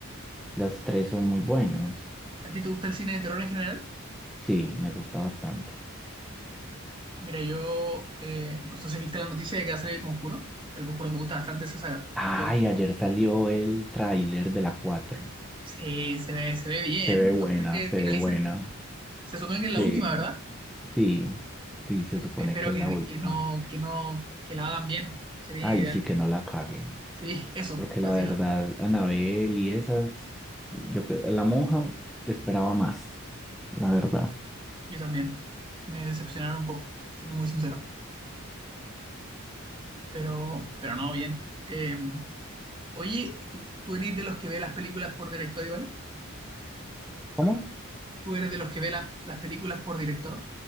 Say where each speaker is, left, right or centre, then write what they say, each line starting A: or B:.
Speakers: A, in the centre; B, on the right (about 20°).
A: las tres son muy buenas.
B: ¿A ti te gusta el cine de terror en general?
A: Sí, me gusta bastante.
B: Mira, yo, eh, no sé si viste la noticia de que va a salir El Conjuro. El Conjuro me gusta bastante esa saga.
A: Ay,
B: ¿Te gusta?
A: ayer salió el tráiler de la 4.
B: Sí, se ve, se ve bien.
A: Se ve buena,
B: Y ojalá que
A: se
B: finalicen.
A: ve buena.
B: Se supone
A: Sí,
B: que es la última, ¿verdad?
A: sí, sí, se supone
B: Espero
A: que es
B: que,
A: la última.
B: que no, que no, que la hagan bien. Sería
A: Ay,
B: ideal.
A: sí que no la caguen.
B: Sí, eso,
A: Porque la
B: así.
A: verdad, Anabel y esas, yo que- la monja esperaba más, la verdad.
B: Yo también. Me decepcionaron un poco, siendo muy sincero. Pero, pero no, bien. Eh, oye, ¿tú, tú eres de los que ve las películas por director igual?
A: ¿Cómo?
B: ¿Tú eres de los que ve la- las películas por director?